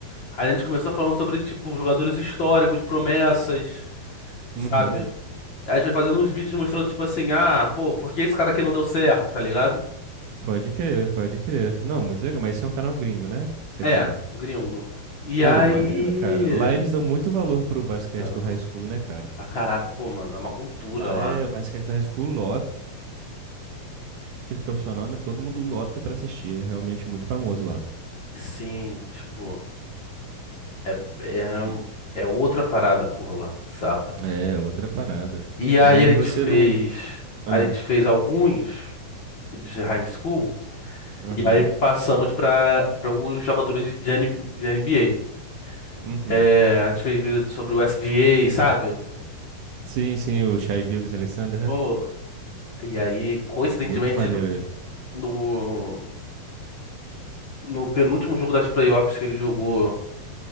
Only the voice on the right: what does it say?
Uhum.
Pode crer, pode crer. Não, muito legal. Mas esse é um canal gringo, né? Que você
falou.
Pô,
maneiro, cara. Lá eles dão muito valor pro basquete
do high school, né, cara?
Vai.
Lá
é
o basquete do high school lota, de profissional, né? Todo mundo lota pra assistir. É realmente muito famoso lá.
E
é outra parada.
Mas
você
não.
Ah,
Aham.
Uhum.
Sim, sim, o Shai Gilgeous-Alexander, né?
Muito maneiro
ele.